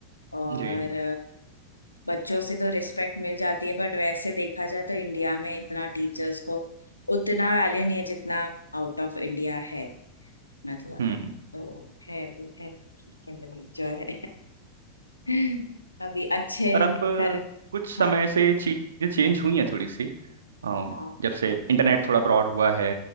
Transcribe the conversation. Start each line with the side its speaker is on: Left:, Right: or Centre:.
Left: और
Right: जी
Left: बच्चों से तो रिस्पेक्ट मिल जाती है बट वैसे देखा जाए तो इंडिया में इतना टीचर्स को उतना वैल्यू नहीं है जितना आउट ऑफ इंडिया है मतलब
Right: हम्म
Left: तो है वो है ठीक है भाई, जो है <laughs> अभी अच्छे
Right: पर अब
Left: कर
Right: कुछ समय
Left: हाँ
Right: से चीज़ें चेंज हुई हैं थोड़ी सी अ,
Left: हाँ
Right: जब से इंटरनेट थोड़ा ब्रॉड हुआ है